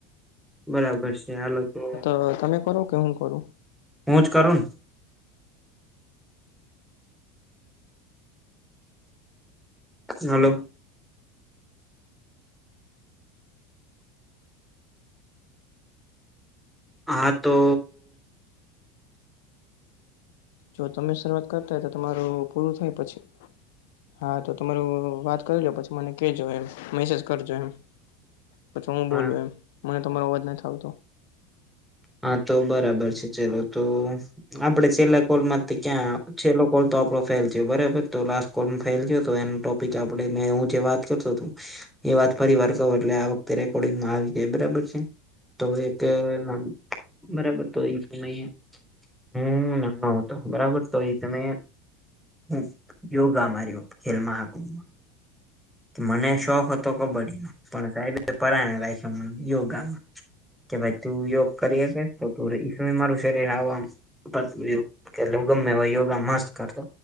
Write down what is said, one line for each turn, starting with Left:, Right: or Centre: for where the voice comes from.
Centre: બરાબર છે હાલો તો
Left: કોલ તમે કરો કે હું કરું
Centre: હું જ કરું ન હાલો હા તો
Left: જો તમે શરૂઆત કરતા હોય તો તમારું પૂરું થાય પછી હા તો તમારું વાત કરી લ્યો પછી મને કેજો એમ મેસેજ કરજો એમ પછી હું
Centre: હા
Left: બોલું એમ મને તમારો અવાજ નથ આવતો
Centre: હાં તો બરાબર છે ચલો તો આપડે છેલ્લા કોલ માંથી ક્યાં છેલ્લો કોલ તો આપડો ફેલ થયો બરાબર તો લાસ્ટ કોલ ફેલ ગયો તો એનુ ટોપિક આપડે મે હું જે વાત કરતો તો એ વાત ફરી વાર કવ એટલે આ વખતે રેકોર્ડિંગમાં આવી જાય બરાબર છે. તો એક ના બરાબર તો એ જ લઈએ હું ના હં આવતો બરાબર તો એ તમે હું યોગામા રયો ખેલમાં મહા મને શોખ હતો કબડ્ડીનો પણ સાહેબે પરાણે રાયખો મને યોગામાં કે ભાઈ તું યોગ કરી હકે તો તું ર ઈ એમે મારું શરીર હાવ આમ પતલું એવુ એટલે ઉં ગમે એવા યોગા મસ્ત કરતો